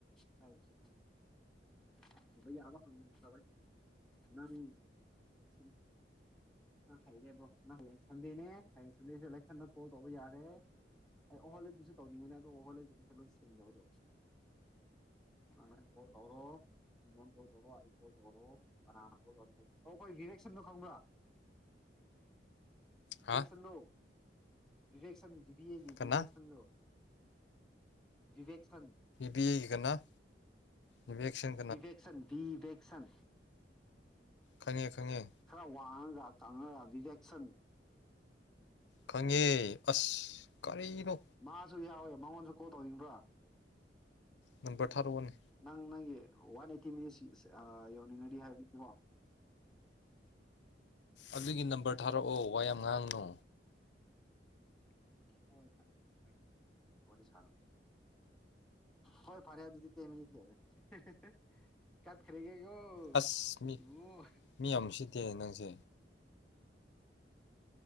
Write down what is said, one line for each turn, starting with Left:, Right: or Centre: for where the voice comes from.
Centre: ꯍꯥꯏꯁ <unintelligible> ꯅꯪ ꯑꯁꯤꯅꯤ ꯅꯪ ꯍꯩꯔꯦꯕ꯭ꯔꯣ ꯅꯪ ꯍꯌꯦꯡ ꯁꯟꯗꯦꯅꯦ ꯍꯌꯦꯡ ꯁꯟꯗꯦꯁꯦ ꯏꯂꯦꯛꯁꯟꯗ ꯀꯣꯜ ꯇꯧꯕ ꯌꯥꯔꯦ ꯑꯩ ꯑꯍꯣꯜꯂꯩꯗꯨꯁꯨ ꯇꯧꯅꯤꯡꯉꯅꯦ ꯑꯗꯣ ꯑꯣꯍꯣꯂꯩꯕꯗꯨ ꯈꯔ ꯂꯣꯏ ꯁꯦꯡꯅꯕꯗꯣ ꯑ ꯀꯣꯜ ꯇꯧꯔꯣ꯫ ꯉꯣꯟ ꯀꯣꯜ ꯇꯧꯔ ꯑꯩ ꯀꯣꯜ ꯇꯧꯔꯣ ꯀꯅꯥꯅ ꯀꯣꯜ ꯇꯧ ꯑꯩꯈꯣꯏ ꯔꯤꯌꯦꯦꯛꯁꯟꯗꯣ ꯈꯪꯕ꯭ꯔꯥ
Left: ꯍꯥ
Centre: <unintelligible> ꯕꯤ ꯕꯤ ꯑꯦ ꯒꯤꯪꯕꯤꯌꯦꯛꯁꯟ
Left: ꯀꯅꯥ
Centre: ꯕꯤꯕꯦꯛ ꯁꯟ
Left: ꯕꯤ ꯀꯅꯥ ꯕꯦꯛꯁꯟ
Centre: ꯗꯤꯗꯛꯁꯟ ꯗꯤ ꯗꯛ ꯁꯟ
Left: ꯈꯪꯉꯦ ꯈꯪꯉꯦ꯫
Centre: ꯈꯔ ꯋꯥꯉꯒ ꯀꯪꯉꯒ ꯗꯤꯗꯛꯁꯟ
Left: ꯈꯪꯉꯦ ꯑꯁ ꯀꯔꯤꯅꯣ꯫
Centre: ꯃꯥꯁꯨ ꯌꯥꯎꯋꯦ ꯃꯉꯣꯟꯗ ꯀꯣꯜ ꯇꯧꯅꯤꯡꯕ꯭ꯔꯥ꯫
Left: ꯅꯝꯕꯔ ꯊꯔꯛꯑꯣꯅꯦ꯫
Centre: ꯅꯪ ꯅꯪꯒꯤ ꯋꯥꯟ ꯑꯩꯠꯇꯤ ꯃꯤꯅꯤꯠꯁ ꯌꯧꯅꯤꯡꯉꯗꯤ ꯍꯥꯏꯕꯅꯤꯀꯣ
Left: ꯑꯗꯨꯒꯤ ꯅꯝꯕꯔ ꯊꯥꯔꯛꯑꯣ ꯋꯥ ꯌꯥꯝ ꯉꯥꯡꯉꯅꯣ
Centre: ꯍꯣꯏ ꯊꯥꯔꯛꯀꯦ ꯊꯥꯔꯛꯀꯦ ꯋꯥꯔꯤ ꯁꯥꯔꯣ ꯍꯣꯏ ꯐꯔꯦ ꯑꯗꯨꯗꯤ <unintelligible> ꯇꯠꯈꯔꯦꯒꯦꯒꯣ
Left: ꯑꯁ ꯃꯤ
Centre: ꯏꯕꯨꯡꯉꯣ
Left: ꯃꯤ ꯌꯥꯝ ꯎꯁꯤꯠꯇꯦꯅ ꯅꯪꯁꯦ